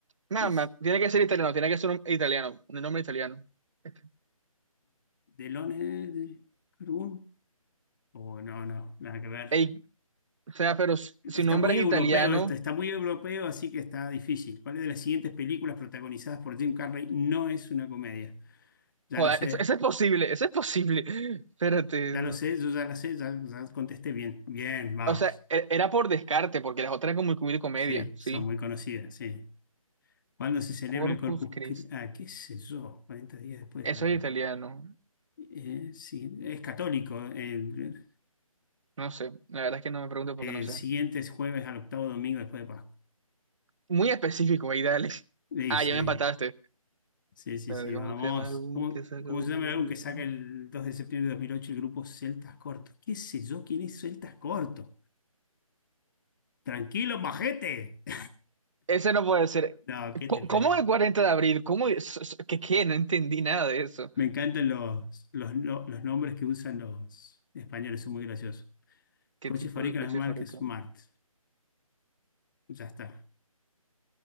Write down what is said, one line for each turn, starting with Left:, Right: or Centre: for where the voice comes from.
Right: Nada
Left: ¿Qué es?
Right: más, tiene que ser italiano, tiene que ser un italiano, un nombre italiano. Este,
Left: ¿Delone de Carbón? Oh, no, no, nada que ver.
Right: Ey, O sea, pero si si
Left: Está
Right: nombre
Left: muy
Right: es
Left: europeo
Right: italiano,
Left: esto, está muy europeo, así que está difícil. ¿Cuál de las siguientes películas protagonizadas por Jim Carrey no es una comedia? Ya
Right: joder,
Left: lo sé,
Right: eso, eso es posible, eso es posible. <laughs> Espérate.
Left: ya lo sé, yo ya la sé, ya, ya contesté bien. Bien, vamos.
Right: O sea, e- era por descarte, porque las otras eran como muy comedia,
Left: Sí,
Right: sí.
Left: son muy conocidas, sí. ¿Cuándo se celebra
Right: Corpus
Left: el Corpus
Right: Christi.
Left: Christi? Ah, qué sé yo, 40 días después,
Right: Eso
Left: claro,
Right: es
Left: ¿no?
Right: italiano.
Left: Eh, sí, es católico. El,
Right: No sé, la verdad es que no me pregunto porque
Left: el
Right: no sé.
Left: siguiente es jueves al octavo domingo después de Pascua.
Right: Muy específico, ahí dale. <laughs>
Left: Sí,
Right: Ah,
Left: sí,
Right: ya me empataste.
Left: sí, sí,
Right: Espérate,
Left: sí,
Right: ¿Cómo
Left: vamos.
Right: se llama el álbum
Left: ¿Cómo,
Right: que saca?
Left: cómo
Right: doce
Left: se llama
Right: de
Left: el álbum
Right: abril?
Left: que saca el 2 de septiembre de 2008 el grupo Celtas Cortos? ¿Qué sé yo quién es Celtas Cortos? Tranquilo, majete. <laughs>
Right: Ese no puede ser.
Left: No, ¿qué
Right: Co-
Left: te parece?
Right: ¿Cómo el cuarenta de abril? ¿Cómo? es- es- ¿Qué, qué? No entendí nada de eso.
Left: Me encantan los, los, no- los nombres que usan los españoles, son muy graciosos.
Right: ¿Qué
Left: Coches
Right: tipo
Left: fabrican
Right: de coche
Left: las marcas
Right: es favorito?
Left: Smart. Ya está.